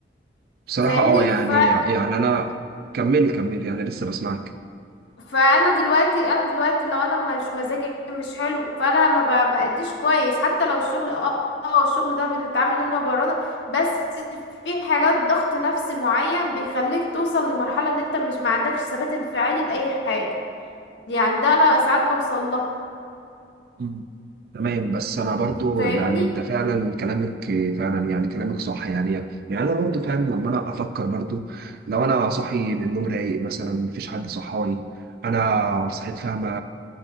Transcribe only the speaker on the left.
فاهمني
ف...
فانا دلوقتي انا دلوقتي لو انا مش مزاجي مش حلو فانا ما ب- بأديش كويس حتى لو الشغل اه اه الشغل ده بنتعامل انه برا بس في حاجات ضغط نفسي معين بيخليك توصل لمرحلة ان انت مش ما عندكش ثبات انفعالي لأي حاجة يعني ده انا ساعات بوصل لها
فاهمني